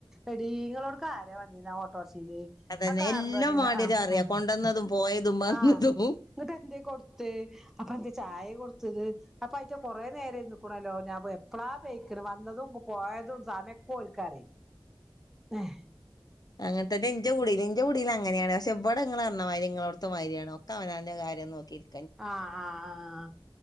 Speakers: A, in the centre; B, on the left (about 45°).
A: എടീ ങ്ങളോട്ക്കാര വന്നിന്നെ ഓട്ടോറിഷയില്
B: അതന്നെ
A: ആഹ് കാറില്
B: എല്ലാം
A: വന്നിന
B: മാണ്ടിയരും
A: ആഹ്
B: അറിയാ
A: ഉം
B: കൊണ്ടന്നതും പോയതും വന്നതും
A: ആഹ് എന്നിട്ട്ന്തെ കൊടുത്തേ അപ്പൊന്ത ചായ കൊടുത്തത് അപ്പൊ അയിറ്റ കൊറേ നേരം ഇരുന്ന്ക്ക്ണല്ലോ ഞാപോയെപ്പളാ പേയ്ക്ക്ണ്‌ വന്നതും ങ്ങ് പോയതും സമയൊക്കെ ഓൽക്കറിം ഏഹ്
B: അങ്ങൻത്തന്നെ ന്റെ കുടീ നിന്റെ കുടീല് അങ്ങനെയാണ് പഷെവിടെ ങ്ങള്ർന്നമാതിരി നിങ്ങളടുത്തമാരിയാണ് ഒക്കെ അവനന്റെ കാര്യം നോക്കി ഇര്
A: ആഹ് ആഹ് ആഹ്